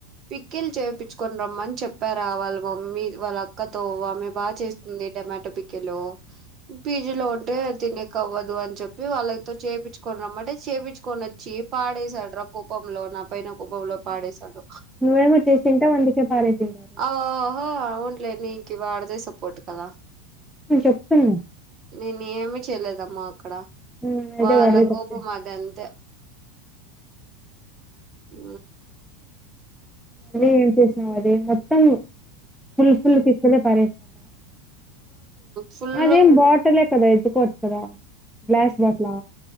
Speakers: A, on the right; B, in the centre.
A: పికిల్ చేపించుకొని రమ్మని చెప్పారా వాళ్ళు మమ్మీ వాళ్ళ అక్కతో ఆమె బాగా చేస్తుంది టమాటో పికీలు పీజీ లో ఉంటే తినేకవ్వదు అని చెప్పి వాళ్ళతో చెప్పిచ్చుకొని రమ్మంటే చెపిచ్ కొని వచ్చి పాడేసాడు రా కోపంలో నా పైన కోపంలో పాడేశాడు
B: నువ్వేమో చేసింటావు అందుకే పారేసిండు
A: ఒహో అవునులే నీకు వాడిదే సపోర్ట్ కదా
B: నేను చెప్తున్నా
A: నేను ఏమి చేయలేదమ్మా అక్కడ
B: మ్మ్ అయితే
A: వాళ్ళ
B: వాడిదే తప్పు
A: కోపం అది అంతే ఊ
B: అన్నీ ఏం చేసినం అది మొత్తం ఫుల్ ఫుల్ పికిలే పడేసినారా
A: ఫుల్
B: అదేం బాటిలే కదా ఎత్దుకోవచ్చు కదా గ్లాస్ బాటిలా